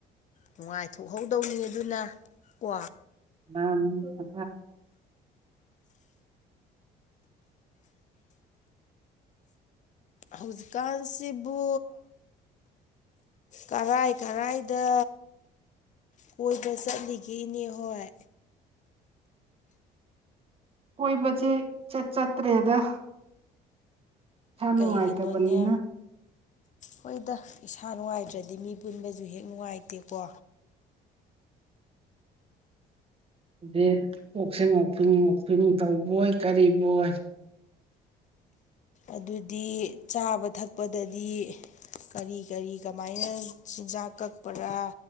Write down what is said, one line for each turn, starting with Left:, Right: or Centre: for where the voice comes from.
Left: ꯅꯨꯡꯉꯥꯏꯊꯣꯛꯍꯧꯗꯧꯅꯤ ꯑꯗꯨꯅ ꯀꯣ
Right: ꯑ ꯑ
Left: ꯍꯧꯖꯤꯛꯀꯥꯟꯁꯤꯕꯨ ꯀꯔꯥꯏ ꯀꯔꯥꯏꯗ ꯀꯣꯏꯕ ꯆꯠꯂꯤꯒꯦꯅꯦ ꯍꯣꯏ
Right: ꯀꯣꯏꯕꯁꯦꯠ ꯆꯠꯇ꯭ꯔꯦꯗ ꯏꯁꯥ
Left: ꯀꯩꯒꯤꯅꯣꯅꯦ
Right: ꯅꯨꯡꯉꯥꯏꯇꯕꯅꯤꯅ
Left: ꯍꯣꯏꯗ ꯏꯁꯥ ꯅꯨꯡꯉꯥꯏꯇ꯭ꯔꯗꯤ ꯃꯤ ꯄꯨꯟꯕꯁꯨ ꯍꯦꯛ ꯅꯨꯡꯉꯥꯏꯇꯦꯀꯣ
Right: ꯑ ꯑꯣꯛꯆꯟ ꯑꯣꯛꯐꯤꯟ ꯑꯣꯛꯐꯤꯟ ꯇꯧꯕꯣꯏ ꯀꯔꯤꯕꯣꯏ
Left: ꯑꯗꯨꯗꯤ ꯆꯥꯕ ꯊꯛꯄꯗꯗꯤ ꯀꯔꯤ ꯀꯔꯤ ꯀꯃꯥꯏꯅ ꯆꯤꯟꯖꯥꯛ ꯀꯛꯄꯔꯥ